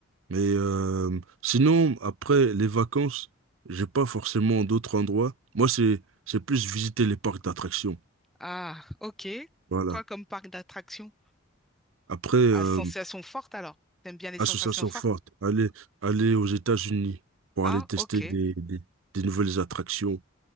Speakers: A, on the right (about 80°); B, in the centre.
A: Mais euh, sinon, après les vacances, j'ai pas forcément d'autres endroits. Moi, c'est c'est plus visiter les parcs d'attractions.
B: Ah, ok.
A: Voilà.
B: Quoi comme parc d'attractions?
A: Après, euh,
B: À sensations fortes alors. T'aimes bien les sensations
A: association
B: fortes?
A: forte, aller aller aux États-Unis pour
B: Ah,
A: aller tester
B: ok.
A: des, des, des nouvelles attractions,